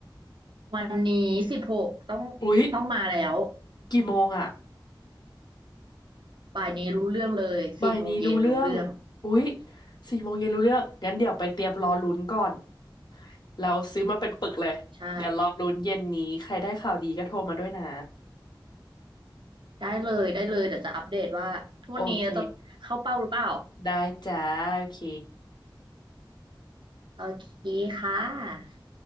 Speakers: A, on the right (about 70°); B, on the left (about 55°).
A: วันนี้สิบหกต้อง
B: อุ๊ย
A: ต้องมาแล้ว
B: กี่โมงอะ
A: บ่ายนี้รู้เรื่องเลยสี่โมงเย็นรู้เรื่อง
B: บ่ายนี้รู้เรื่องอุ๊ยสี่โมงเย็นรู้เรื่องงั้นเดี๋ยวไปเตรียมรอลุ้นก่อนเราซื้อมาเป็นปึกเลยเดี๋ยวรอลุ้นเย็นนี้ใครได้ข่าวดีก็โทรมาด้วยนะ
A: ใช่ได้เลยได้เลยเดี๋ยวจะอัปเดตว่าทกวดนนี้จะเข้าเป้าหรือเปล่า
B: โอเค ได้จ้าโอเค
A: โอเคค่ะ